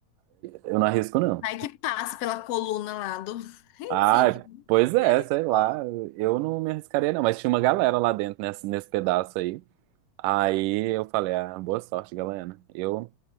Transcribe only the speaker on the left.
Vai que passa pela coluna lá do <laughs> Recife.
Misericórdia.